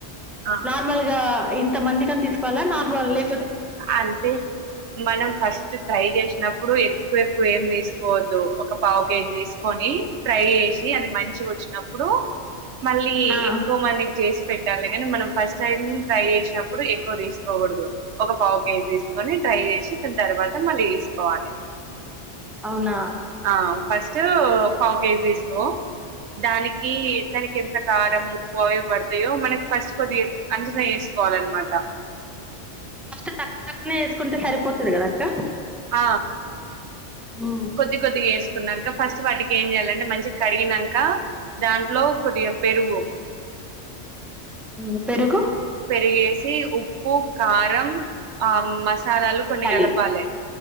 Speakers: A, on the right; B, in the centre.
A: ఆ
B: నార్మల్గా ఇంత మందికన్ తీస్కోలా నార్మల్ లె
A: అంటే మనం ఫస్ట్ ట్రై జేస్నాప్పుడు ఎ ఎకువెక్కువెం తీస్కోవద్దు ఒక పావు కేజీ తీస్కొని ట్రై చేసి అది మంచిగోచ్చ్నప్పుడ్ డు మళ్ళీ
B: ఆ!
A: ఎక్కువ మందికి జేస్ పెట్టాలి గాన మనం ఫస్ట్ టైం ట్రై జేస్నప్పుడు ఎక్వ జేస్కోగూడదు ఒక పావ్ కేజీ తీస్కొని ట్రై జేసి దాన్ తర్వాత మళ్ళీ జేస్కోవాలే
B: అవునా
A: ఆ ఫస్టూ పావ్ కేజ్ దీస్కో దానికి ఇద్దరిక్ ఎంత కారమ్ ఉప్పు అవి వడ్తాయో మనక్ ఫస్ట్ కొద్దిగా అంచనా ఎస్కోవాల్న్మాట
B: ఫస్ట్ తక్కు తక్కునే ఎస్కుంటే సరిపోతది గదక్క
A: ఆ
B: హ్మ్.
A: కొద్ది కొద్దిగ్ ఎస్కున్నాంక ఫస్ట్ వాటికేం జేయాలంటే మంచి కడిగినంక దాంట్లో కొద్దిగా పెరుగు
B: ఉమ్ పెరుగు
A: పెరిగేసి ఉప్పు కారం ఆమ్ మస్ సాలాలు కొన్ని
B: తియ్యాలి.
A: గలపాలే